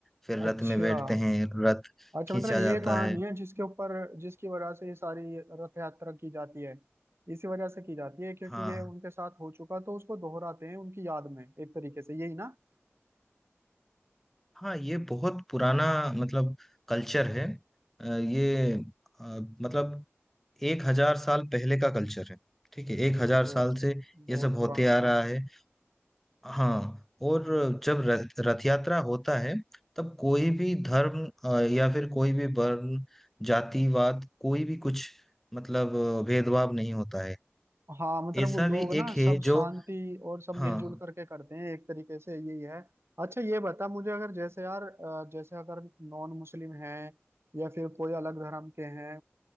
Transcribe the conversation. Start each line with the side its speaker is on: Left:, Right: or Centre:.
Centre: फिर
Right: अच्छा
Centre: रथ में बैठते हैं रथ
Right: अच्छा
Centre: खींचा
Right: मतलब
Centre: जाता
Right: ये कहानी
Centre: है
Right: है जिसके ऊपर जिसकी वजह से ये सारी रथ यात्रा की जाती है इसी वजह से की जाती है क्योंकि
Centre: हाँ
Right: ये उनके साथ हो चुका तो उसको दोहराते हैं उनकी याद में एक तरीके से यही ना
Centre: हाँ ये बहुत पुराना मतलब कल्चर है अ, ये अ, मतलब एक हजार साल पहले का कल्चर है ठीक है एक हजार
Right: बहुत
Centre: साल से ये
Right: बहुत
Centre: सब होते
Right: पुराना
Centre: आ
Right: यार
Centre: रहा है हाँ और जब रथ रथ यात्रा होता है तब कोई भी धर्म अ, या फिर कोई भी वर्ण जातिवाद कोई भी कुछ मतलब अ, भेदभाव नहीं होता है
Right: हाँ मतलब
Centre: ऐसा
Right: वो लोग
Centre: भी
Right: ना
Centre: एक है
Right: सब शांति
Centre: जो
Right: और सब
Centre: हाँ
Right: मिलजुल करके करते हैं एक तरीके से यही है अच्छा ये बता मुझे अगर जैसे यार अ, जैसे अगर नॉन मुस्लिम हैं या फिर कोई अलग धर्म के हैं